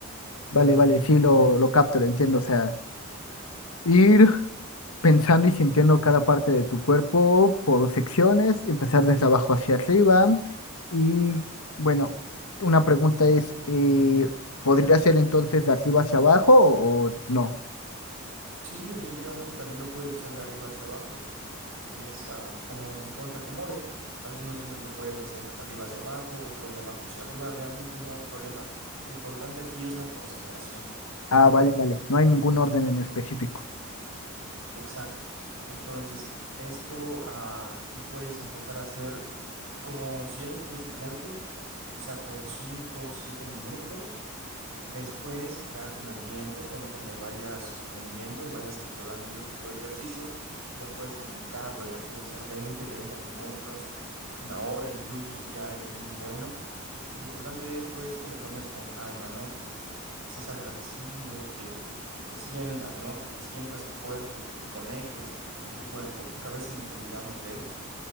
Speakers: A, on the left; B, on the right.
A: vale, vale, sí lo, lo capto, lo entiendo. O sea, ir. pensando y sintiendo cada parte de tu cuerpo por secciones, empezar desde abajo hacia arriba. Y bueno, una pregunta es, eh, ¿podría ser entonces de arriba hacia abajo o o no?
B: Sí, definitivamente también lo puedes hacer de arriba hacia abajo. Es ah, como mejor te acomode. Algunos días lo puedes hacer arriba hacia abajo, otros de abajo hacia arriba. Realmente no hay problema. Lo importante aquí es la concentración, ¿de acuerdo?
A: Ah, vale, vale, no hay ningún orden en específico.
B: Exacto. Entonces, esto ah, lo puedes empezar a hacer como si eres principiante, quizá por 5 o 7 minutos. Después, ya con el tiempo, conforme vayas aprendiendo y vayas controlando ese tipo de ejercicios, ya puedes aumentarlo, ya pueden ser 20 30 minutos, una hora incluso si ya eres muy bueno. Y lo importante de esto es que lo tomes con calma, ¿no? Que estés agradecido, que, que sientas, ¿no? Que sientas tu cuerpo, que te conectes con tu cuerpo, porque a veces nos olvidamos de él